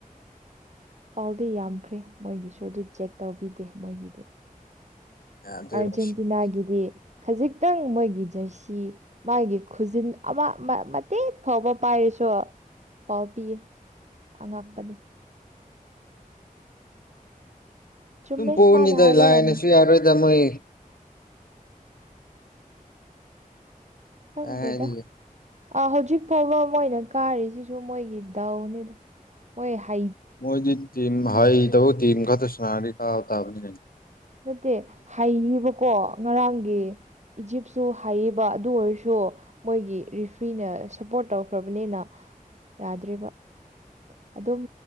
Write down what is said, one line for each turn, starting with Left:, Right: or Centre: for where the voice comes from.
Right: ꯄꯥꯎꯗꯤ ꯌꯥꯝꯈ꯭ꯔꯦ ꯃꯣꯏꯒꯤꯁꯨ ꯑꯗꯨ ꯆꯦꯛ ꯇꯧꯕꯤꯗꯦ ꯃꯣꯏꯒꯤꯗꯤ
Left: ꯌꯥꯗꯦꯕ
Right: ꯑꯥꯔꯖꯦꯟꯇꯤꯅꯥꯒꯤꯗꯤ
Left: ꯑꯗꯨꯝ
Right: ꯈꯖꯤꯛꯇꯪ ꯃꯣꯏꯒꯤ ꯖꯔꯁꯤ ꯃꯥꯒꯤ ꯈꯨꯖꯤꯟ ꯑꯃ ꯃꯇꯦꯛ ꯐꯥꯎꯕ ꯄꯥꯏꯔꯤꯁꯨ ꯐꯥꯎ ꯄꯤꯌꯦ ꯑ ꯉꯄꯅꯤ ꯆꯨꯝꯃꯦ
Left: ꯑꯗꯨꯝ ꯄꯣꯛꯎꯅꯤꯗ
Right: ꯃꯥꯅ ꯍꯥꯏꯕ
Left: ꯂꯥꯏꯅꯁꯨ
Right: ꯌꯥꯝ
Left: ꯌꯥꯔꯣꯏꯗ ꯃꯣꯏ
Right: ꯈꯪꯗꯦꯗ
Left: ꯀꯥꯏ ꯍꯥꯏꯔꯤꯒꯦ
Right: ꯑ ꯍꯧꯖꯤꯛ ꯐꯥꯎꯕ ꯃꯣꯏꯅ ꯀꯥꯔꯤꯁꯤꯁꯨ ꯃꯣꯏꯒꯤ ꯗꯥꯎꯅꯤꯗ ꯃꯣꯏ ꯍ
Left: ꯃꯣꯏꯗꯤ ꯇꯤꯝ ꯍꯥꯏꯗꯕꯨ ꯇꯤꯝ ꯈꯛꯇ ꯁꯅꯥꯔꯅꯤ ꯀꯥ ꯇꯥꯕꯅꯤ ꯀꯩꯅꯣ
Right: ꯅꯠꯇꯦ ꯍꯩꯕꯀꯣ ꯉꯔꯥꯡꯒꯤ ꯏꯖꯤꯞꯁꯨ ꯍꯥꯏꯌꯦꯕ ꯑꯗꯨ ꯑꯣꯏꯔꯁꯨ ꯃꯣꯏꯒꯤ ꯔꯤꯐ꯭ꯔꯤꯅ ꯁꯞꯄꯣꯔꯠ ꯇꯧꯈ꯭ꯔꯕꯅꯤꯅ ꯌꯥꯗ꯭ꯔꯤꯕ ꯑꯗꯨꯝ